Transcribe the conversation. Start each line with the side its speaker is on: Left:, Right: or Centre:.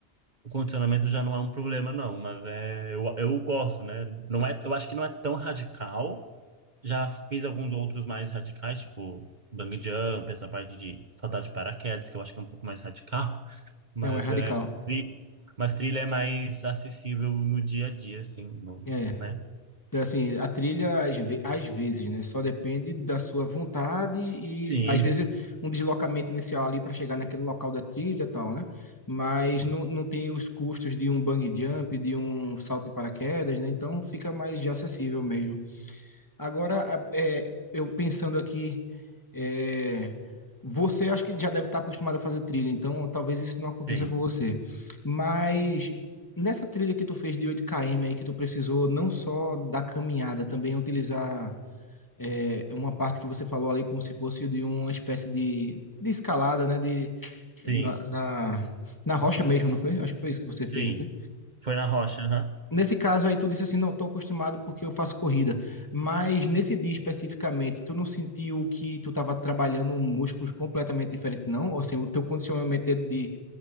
Right: o condicionamento já não é um problema, não, mas é, eu, eu gosto, né? Não é, eu acho que não é tão radical. Já fiz alguns outros mais radicais, tipo bang jump, essa parte de saltar de paraquedas, que eu acho que é um pouco mais radical, <laughs> mas
Left: Não, é radical.
Right: é, tri- mas trilha é mais acessível no dia a dia, assim, no,
Left: É.
Right: né?
Left: Então, assim, a trilha às, ve- às vezes, né? Só depende da sua vontade e
Right: Sim,
Left: às vezes um deslocamento inicial ali para chegar naquele local da trilha e tal, né? Mas
Right: sim,
Left: não, não tem os custos de um bungee jump, de um salto de paraquedas, né? Então fica mais de acessível mesmo. Agora, é, eu pensando aqui, é, você acho que já deve estar acostumado a fazer trilha, então talvez isso não aconteça
Right: sim,
Left: com você. Mas nessa trilha que tu fez de 8 km aí, que tu precisou não só da caminhada, também utilizar é, uma parte que você falou ali como se fosse de uma espécie de, de escalada, né? De,
Right: sim,
Left: na, na, na rocha mesmo, não foi? Acho que foi isso que você
Right: sim.
Left: fez, não foi?
Right: Foi na rocha, aham.
Left: Nesse caso aí, tu disse assim, não, estou acostumado porque eu faço corrida, mas nesse dia especificamente, tu não sentiu que tu estava trabalhando músculos completamente diferente, não? ou Assim, o teu condicionamento é de,